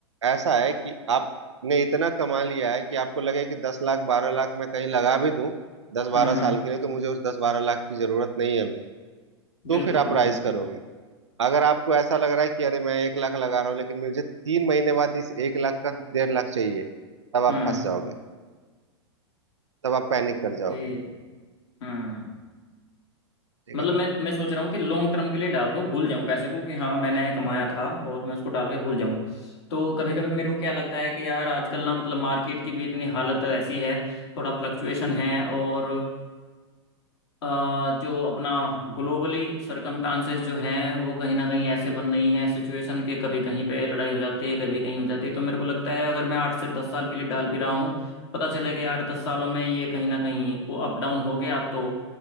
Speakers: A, on the right; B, on the left.
A: ऐसा है कि आपने इतना कमा लिया है कि आपको लगे कि दस लाख बारह लाख मैं कहीं लगा भी दूं दस
B: हम्म,
A: बारह
B: हम्म,
A: साल के लिए तो मुझे उस दस बारह लाख की जरूरत नहीं है अभी तो
B: बिल्कुल
A: फिर आप
B: बिल्कुल
A: राइज
B: बिल्कुल
A: करोगे अगर आपको ऐसा लग रहा है कि अरे मैं एक लाख लगा रहा हूँ लेकिन मुझे तीन महीने बाद इस एक लाख का डेढ़ लाख चाहिए तब आप
B: हम्म
A: फंस जाओगे तब आप पैनिक
B: ओके
A: कर जाओगे
B: हम्म
A: ठीक
B: मतलब
A: है
B: मैं मैं सोच रहा हूँ कि लॉन्ग टर्म के लिए डाल दूँ भूल जाऊँ पैसे को कि हाँ मैंने कमाया था और मैं उसको डाल के भूल जाऊँ तो कभी कभी मेरे को क्या लगता है कि यार आजकल ना मतलब मार्केट की भी इतनी हालत ऐसी है थोड़ा फ्लक्चुएशन <laughs> है और अ, जो अपना ग्लोबली सरकमस्टांसेस जो हैं वो कहीं ना कहीं ऐसे बन रही हैं सिचुएशन के कभी कहीं पे लड़ाई हो जाती है कभी कहीं हो जाती है तो मेरे को लगता है अगर मैं आठ से दस साल के लिए डाल भी रहा हूँ पता चले कि आठ दस सालों में ये कहीं ना कहीं वो अप डाउन हो गया तो